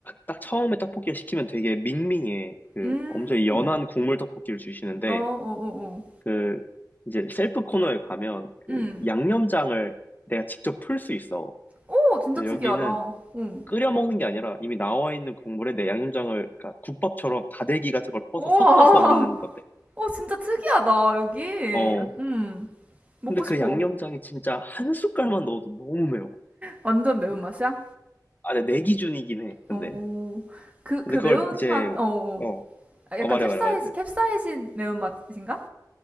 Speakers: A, on the left; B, on the right.
A: 딱 처음에 떡볶이를 시키면 되게 밍밍해. 그
B: 음,
A: 엄청 연한 국물 떡볶이를 주시는데
B: 어, 어, 어, 어,
A: 그 이제 셀프 코너에 가면 그
B: 음.
A: 양념장을 내가 직접 풀 수 있어.
B: 오, 진짜
A: 그래서
B: 특이하다.
A: 여기는
B: 응.
A: 끓여 먹는 게 아니라 이미 나와 있는 국물에 내 양념장을 그러니까 국밥처럼 다대기 같은 걸 퍼서
B: 우와.
A: 섞어서 먹는
B: <laughs>
A: 건데.
B: 오, 진짜 특이하다, 여기.
A: 어.
B: 음, 먹고
A: 근데 그
B: 싶어.
A: 양념장이 진짜 한 숟갈만 넣어도 너무 매워.
B: 완전 매운맛이야?
A: 근데 아, 근데 내 기준이긴 해. 근데
B: 오. 그,
A: 근데
B: 그
A: 그걸
B: 매운맛,
A: 이제
B: 어, 어.
A: 어,
B: 아,
A: 어
B: 약간
A: 말해
B: 캡사이신,
A: 말해 말해.
B: 캡사이신 매운맛인가?